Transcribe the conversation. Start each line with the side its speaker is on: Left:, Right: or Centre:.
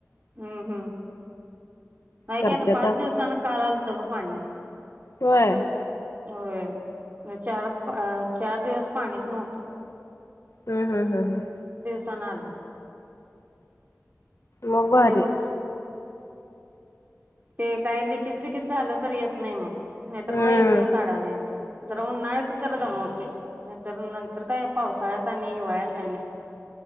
Right: हम् हं हाय
Left: करत्यात
Right: की आता पाच
Left: आप
Right: दिवसांन काल आलत ब पाणी
Left: होय
Right: व्हय चार पा चार दिवस पाणीच नव्हतं‌
Left: हं हंम्म् हम् हं
Right: दिवसान आलय
Left: मग भारी!
Right: तेवच ते काय लिकिज बिकिज झालं तर येत नाही मग नाही तर
Left: हम्म
Right: मग एक दिवस अडान येतय जरा उन्हाळ्यात जरा दमवतय नाहीतर नंतर काय पावसाळ्यात आणि हिवाळ्यात काय नाही